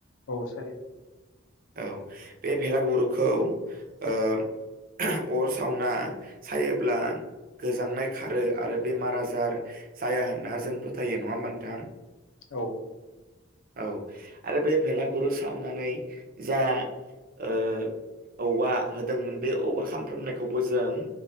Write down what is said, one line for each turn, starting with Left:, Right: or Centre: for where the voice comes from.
Left: औ सायो
Right: औ बे भेलागुरुखौ ओ अर सावना सायोब्ला गोजांनाय खारो आरो बेमार आजार जाया होनना जों फोथायो नङा होनबा नोंथां?
Left: औ
Right: औ आरो बे भेलागुरु सावनानै जा- ओ औवा होदोंमोन बे औवा खामफ्रामनायखौबो जों